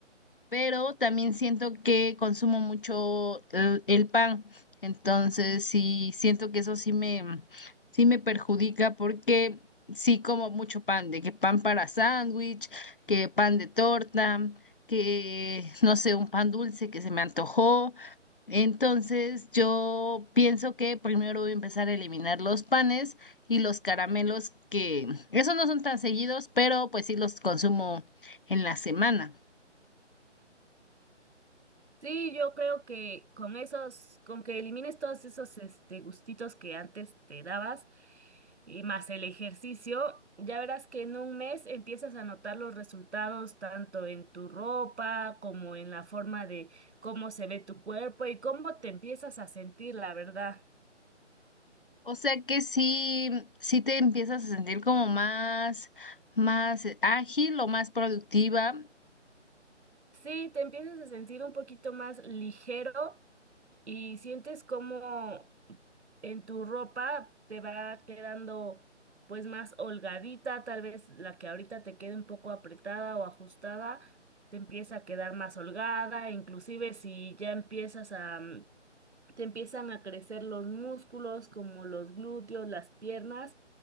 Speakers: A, on the left (about 45°); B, on the right (about 65°).
A: pero también siento que consumo mucho el, el pan, entonces sí siento que eso sí me, sí me perjudica porque sí como mucho pan, de que pan para sándwich, que pan de torta, que no sé, un pan dulce que se me antojó. Entonces yo pienso que primero voy a empezar a eliminar los panes y los caramelos que esos no son tan seguidos, pero pues sí los consumo en la semana.
B: Sí, yo creo que con esos, con que elimines todos esos este, gustitos que antes te dabas, y más el ejercicio, ya verás que en un mes empiezas a notar los resultados tanto en tu ropa como en la forma de cómo se ve tu cuerpo y cómo te empiezas a sentir, la verdad.
A: O sea que sí, sí te empiezas a sentir como más, más ágil o más productiva.
B: Sí, te empiezas a sentir un poquito más ligero y sientes como en tu ropa te va quedando pues más holgadita, tal vez la que ahorita te quede un poco apretada o ajustada, te empieza a quedar más holgada, inclusive si ya empiezas a, mm, te empiezan a crecer los músculos como los glúteos, las piernas,